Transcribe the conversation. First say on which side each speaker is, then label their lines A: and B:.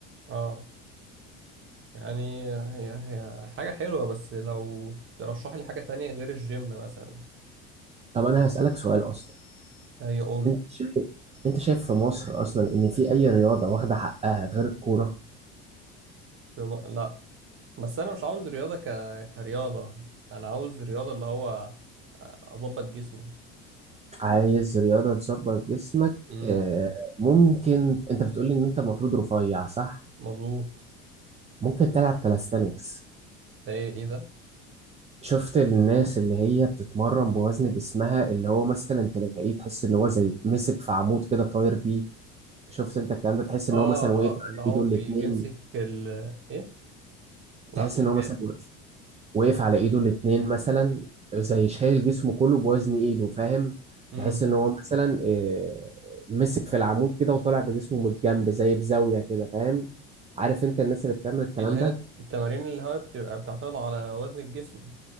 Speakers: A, on the right; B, on the right.
A: اه يعني هي هي حاجة حلوة بس لو ترشح لي حاجة تانية غير الجيم مثلا
B: طب انا هسألك سؤال اصلا
A: يعني قول
B: انت شايف انت شايف في مصر اصلا ان في اي رياضة واخدة حقها غير الكورة
A: بم... لا بس انا مش عاوز رياضه ك... كرياضه انا عاوز رياضه اللي هو آه، اظبط جسمي
B: عايز رياضة تظبط جسمك
A: امم
B: آه، ممكن انت بتقولي ان انت المفروض رفيع صح
A: مظبوط
B: ممكن تلعب كاليستانكس
A: ده ايه إيه ده
B: شفت الناس اللي هي بتتمرن بوزن جسمها اللي هو مثلا تلاقيه تحس ان هو زي مسك في عمود كده طاير بيه شفت انت الكلام ده تحس
A: اه
B: ان هو مثلا وقف على
A: اه اللي هو
B: ايده
A: بي...
B: الاتنين
A: بيمسك ال ايه لا
B: تحس
A: قول
B: ان هو مثلا
A: ايه
B: وقف وقف على ايده الاتنين مثلا زي شايل جسمه كله بوزن ايده فاهم
A: امم
B: تحس ان هو مثلا آه، مسك في العمود كده وطالع بجسمه من الجنب زي بزاوية كده فاهم عارف انت الناس اللي بتعمل الكلام
A: دي اللي هي
B: ده
A: التمارين اللي هي بتبقى بتعتمد على وزن الجسم